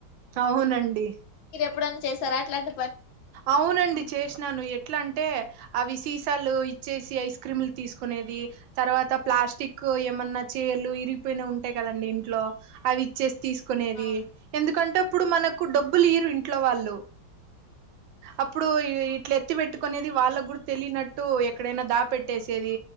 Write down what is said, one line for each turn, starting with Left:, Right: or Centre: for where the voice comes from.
Right: అవునండి
Left: ఎప్పుడన్న చేశారు అట్లాంట్
Right: అవునండి చేసినాను ఎ ఎట్లా అంటే అవి సీసాలు ఇచ్చేసి ఐస్ క్రీమ్లు తీసుకునేది తర్వాత ప్లాస్టిక్ తో ఏమన్న చైర్లు ఇరిగిపోయినవి ఉంటాయి కదండి ఇంట్లో అవి ఇచ్చేసి తీస్ కోనేది
Left: అవును
Right: ఎందుకంటే అప్పుడు మనకు డబ్బులు ఇయ్యరు ఇంట్లో వాళ్ళు అప్పుడు ఇట్లా ఎత్తి పెట్ ట్టకునేది వాళ్ళ కూడా తెలినట్టు ఎక్కడైనా దా పెట్టేసేది